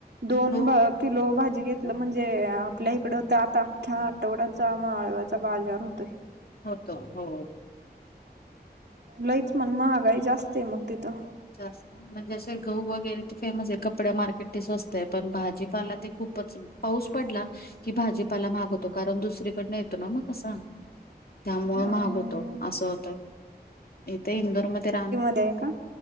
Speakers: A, on the right; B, on the left.
A: दोन
B: हो
A: बा किलो भाजी घेतलं म्हणजे आपल्या इकडं आता अख्ख्या आठवड्याचा माळव्याचा बाजार होतोय.
B: होतो हो
A: लईच मन महागाईजास्त आहे मग तिथं.
B: जास्त. म्हणजे असे गहू वगैरे तर फेमस आहे, कपड्या मार्केट ते स्वस्तय, पण भाजीपाला ते खूपच पाऊस पडला की भाजीपाला महाग होतो, कारण दुसरीकडन येतो ना मग कसा. त्यामुळं
A: अ
B: महाग होतो, असं होतं, इथे इंदोरमध्ये राहणं
A: देय का